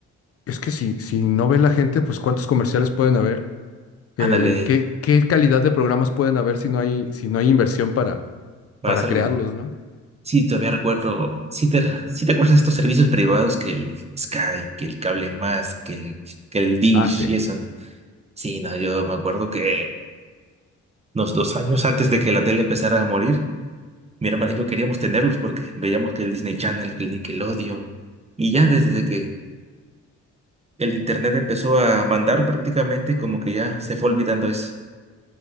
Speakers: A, on the left; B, on the right.
A: es que si, si no ve la gente, pues cuántos comerciales pueden haber, Eh,
B: Ándale,
A: ¿qué, qué calidad de programas pueden haber si no hay, si no hay inversión para,
B: para
A: para
B: hacerlo,
A: crearlos,
B: ¿no?
A: ¿no?
B: Sí, todavía recuerdo, sí te, sí te acuerdas de estos servicios privados que el Sky, que el Cable Más, que el, que el Dish
A: Ah, sí.
B: y eso. Sí, no, yo me acuerdo que unos dos años antes de que la tele empezara a morir, Mi hermana y yo queríamos tenerlos porque veíamos que el Disney Channel, que el Nickelodeon. Y ya desde que el internet empezó a mandar prácticamente, como que ya se fue olvidando eso.